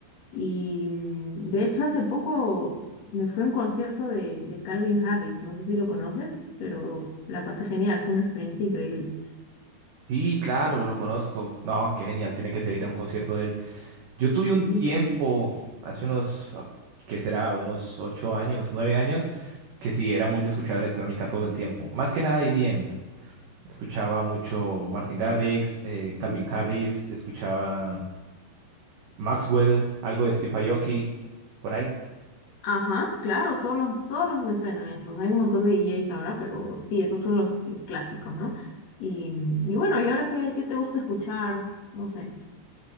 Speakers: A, on the left; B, on the right.
A: Y mm, de hecho hace poco me fui a un concierto de, de Calvin Harris, no sé si lo conoces, pero la pasé genial, fue una experiencia increíble.
B: Sí, claro, lo, lo conozco. No, qué genial, tiene que ser ir a un concierto de él. Yo tuve un
A: Sí.
B: tiempo, hace unos, ah, ¿qué será? Unos ocho años, nueve años, que sí, era muy de escuchar electrónica todo el tiempo. Más que nada EDM. Escuchaba mucho Martin Garrix, eh, Calvin Harris, escuchaba Maxwell, algo de Steve Aoki, por ahí.
A: Ajá, claro, todos los, todos los me suenan esos. Hay un montón de DJs ahora, pero sí, esos son los clásicos, ¿no? Y, y bueno, ¿y ahora qué, qué te gusta escuchar? No sé.